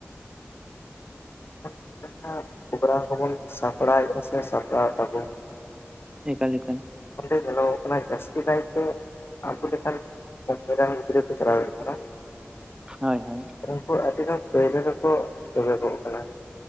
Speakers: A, on the left; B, on the right.
A: <inaudible> ᱯᱨᱳᱜᱨᱟᱢ ᱠᱚᱵᱚᱱ ᱥᱟᱯᱲᱟᱣᱮᱫᱟ ᱥᱮ ᱥᱟᱯᱲᱟᱣ ᱛᱟᱵᱚᱱ
B: ᱮᱠᱟᱞ ᱮᱠᱟᱞ
A: ᱚᱸᱰᱮ ᱪᱟᱞᱟᱣ ᱠᱟᱱᱟ ᱡᱟᱹᱥᱛᱤ ᱠᱟᱭᱛᱮ ᱟᱵᱚ ᱞᱮᱠᱟᱱ ᱨᱮᱱ ᱜᱤᱫᱽᱨᱟᱹ ᱠᱚ ᱪᱟᱞᱟᱣᱮᱫ ᱠᱟᱱᱟ
B: ᱦᱳᱭ ᱦᱳᱭ
A: ᱩᱱᱠᱩ ᱟᱹᱰᱤᱜᱟᱱ ᱯᱟᱹᱭᱞᱟᱹ ᱨᱮᱠᱚ ᱪᱚᱵᱮᱫᱚᱜ ᱠᱟᱱᱟ